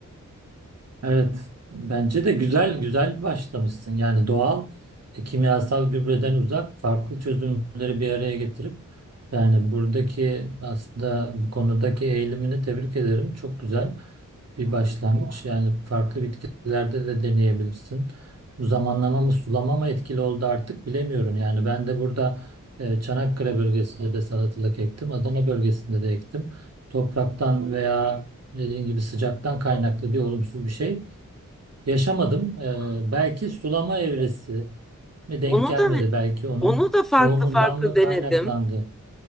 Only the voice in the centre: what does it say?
Onu
da
onu da farklı
farklı
denedim.